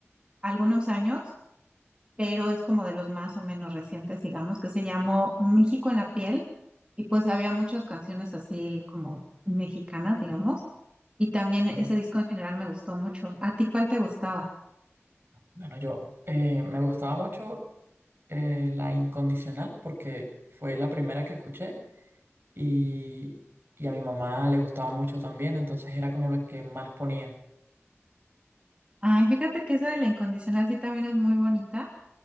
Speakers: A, on the right (about 20°); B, on the right (about 50°).
A: algunos años, pero es como de los más o menos recientes, digamos, que se llamó México en la piel. Y pues había muchas canciones así como mexicanas, digamos. Y también
B: ok.
A: ese disco en general me gustó mucho. ¿A ti cuál te gustaba?
B: Bueno, yo eh, me gustaba mucho eh, La Incondicional porque fue la primera que escuché y, y a mi mamá le gustaba mucho también, entonces era como la que más ponía.
A: Ay, fíjate que esa de La Incondicional sí también es muy bonita.